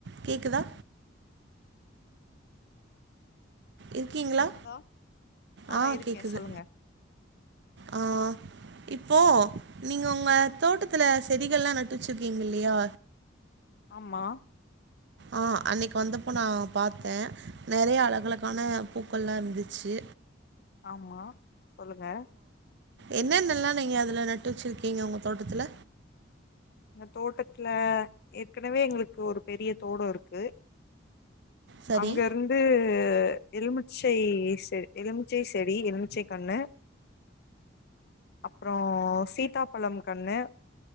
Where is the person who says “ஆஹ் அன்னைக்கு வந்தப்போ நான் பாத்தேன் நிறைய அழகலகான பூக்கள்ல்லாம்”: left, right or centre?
Right